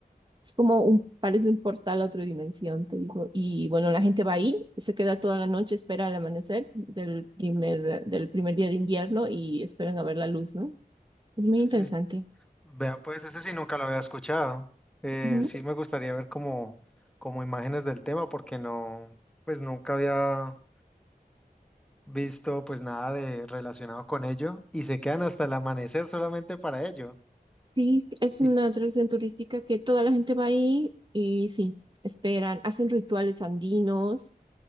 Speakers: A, on the right; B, in the centre.
A: Es como un, parece un portal a otra dimensión, te digo. Y bueno, la gente va ahí, se queda toda la noche, espera el amanecer del primer, del primer día de invierno y esperan a ver la luz, ¿no? Es muy
B: Sí.
A: interesante.
B: Vea, pues ese sí nunca lo había escuchado. Eh,
A: Ujú.
B: sí me gustaría ver como, como imágenes del tema porque no, pues nunca había visto pues nada de relacionado con ello y se quedan hasta el amanecer solamente para ello.
A: Sí, es
B: Y
A: una atracción turística que toda la gente va ahí y sí, esperan, hacen rituales andinos